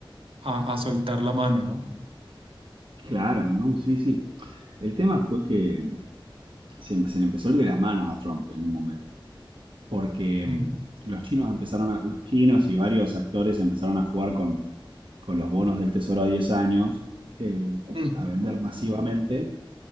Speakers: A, on the right; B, on the right.
A: a, a soltar la mano, ¿no?
B: Claro, ¿no? Sí, sí. El tema fue que se, empe- se le empezó a ir de las manos a Trump en un momento, porque
A: Sí,
B: mm, los chinos empezaron a, los chinos y varios actores empezaron a jugar con, con los bonos del Tesoro a 10 años, eh,
A: Mm.
B: a vender masivamente